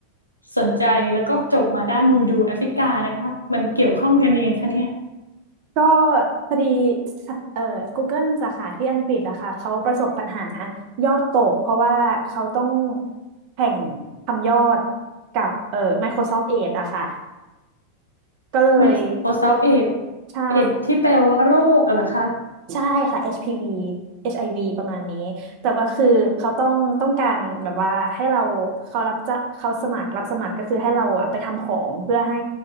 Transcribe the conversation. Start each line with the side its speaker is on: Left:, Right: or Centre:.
Left: สนใจแล้วก็จบมาด้านวูดูแอฟริกานะคะมันเกี่ยวข้องกันยังไงคะเนี่ย
Right: ก็พอดีเอ่อ Google สาขาที่อังกฤษอะค่ะเขาประสบปัญหายอดตกเพราะว่าเขาต้องแข่งทำยอดกับเอ่อ Microsoft Edge อะค่ะก็เลย
Left: Microsoft
Right: ก็
Left: เอด
Right: ใช่
Left: เอดที่แปลว่าโรคกันเหรอคะ
Right: ใช่ค่ะ HPV HIV ประมาณนี้แต่ว่าคือเขาต้องต้องการแบบว่าให้เราเขารับจะเขาสมัครรับสมัครก็คือให้เราอะไปทำของเพื่อให้